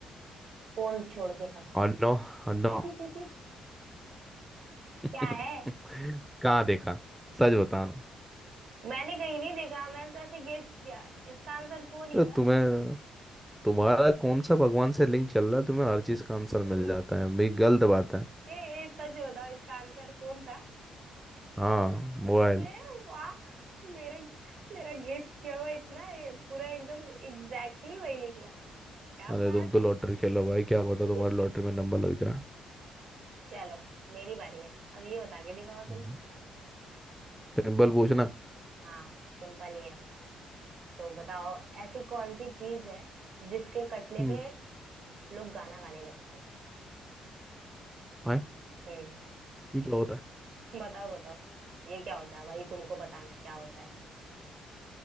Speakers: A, on the right (about 70°); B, in the centre.
A: फोन छोड़ के सब सो
B: और नो और
A: जाते
B: नो
A: हैं। <laughs>
B: <laughs>
A: क्या है
B: कहाँ देखा सच बताना
A: मैंने कहीं नहीं देखा मैंने तो ऐसे गेस किया इसका आंसर फोन ही
B: तो तुम्हें
A: था
B: तुम्हारा कौन सा भगवान से लिंक चल रहा है तुम्हें हर चीज का आंसर
A: <laughs>
B: मिल जाता है भाई गलत बात है
A: ए, ए सच बताओ इसका आंसर फोन था
B: हाँ मोबाइल
A: अरे वाह मेरा मेरा गेस किया हुआ इतना ये पूरा एकदम एग्जैक्टली exactly वही निकला क्या
B: अरे
A: बात
B: तुम तो
A: है
B: लॉटरी खेलो भाई क्या पता
A: <laughs>
B: तुम्हारे लॉटरी में नंबर लग जाए
A: चलो मेरी बारी है अब ये बता के दिखाओ
B: हम्म।
A: तुम
B: सिंपल पूछना
A: हाँ सिंपल ही है तो बताओ ऐसी कौन सी चीज है जिसके कटने
B: हम्म
A: पे लोग गाना गाने लगते हैं
B: हाय
A: हम्म
B: ये क्या होता है
A: बताओ बताओ ये क्या होता है भाई तुमको बताना है क्या होता है